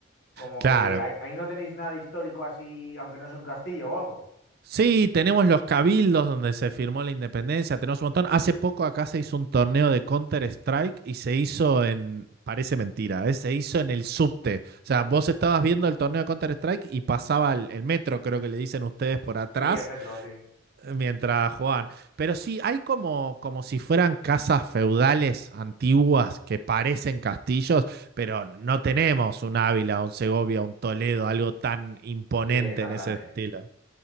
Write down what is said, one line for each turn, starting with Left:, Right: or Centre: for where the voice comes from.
Left: como
Right: claro.
Left: que ahí ahí no tenéis nada histórico así, aunque no sea un castillo o algo.
Right: Sí, tenemos los cabildos donde se firmó la independencia, tenemos un montón. Hace poco acá se hizo un torneo de Counter-Strike y se hizo en, parece mentira, ¿eh? Se hizo en el subte. O sea, vos estabas viendo el torneo de Counter-Strike y pasaba el, el metro, creo que le dicen ustedes, por atrás
Left: Sí, el metro, sí.
Right: eh, mientras jugaban. Pero sí, hay como, como si fueran casas feudales antiguas que parecen castillos, pero no tenemos un Ávila, un Segovia, un Toledo, algo tan imponente
Left: Sí, tan
Right: en
Left: grande.
Right: ese estilo.